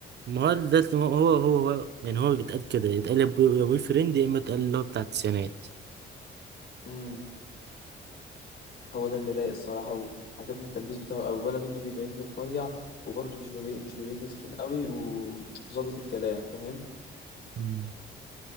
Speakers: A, on the right; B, on the left.
A: ما هو ده اللي هو هو هو هو- يعني هو بيتقال كده يتقال يا بوي يا بوي فريند يا اما يتقال اللي هو بتاع التسعينات
B: امم هو ده اللي رايق الصراحه وعجبني التلبيس بتاعه قوي ولا منه بيبيني رفيع وبرضه مش بيبين مش بيبيني تخين قوي وظابط الكلام فاهم
A: مم.